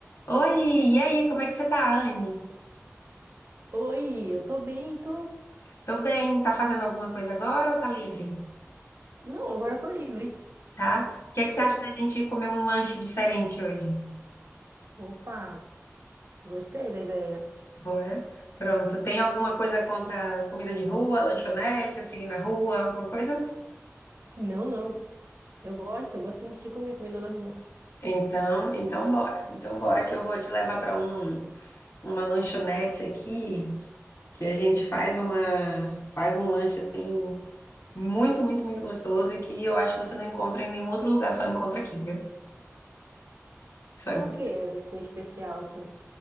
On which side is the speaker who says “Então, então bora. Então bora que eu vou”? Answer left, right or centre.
Left